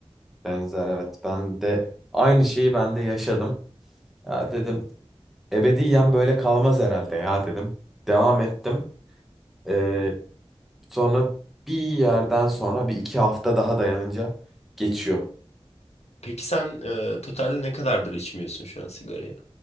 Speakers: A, in the centre; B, on the left.
A: benzer evet. Ben de aynı şeyi ben de yaşadım. Ya dedim ebediyen böyle kalmaz herhalde ya dedim. Devam ettim. Ee, sonra bir yerden sonra bir iki hafta daha dayanınca geçiyor.
B: Peki sen e, totalde ne kadardır içmiyorsun şu an sigarayı?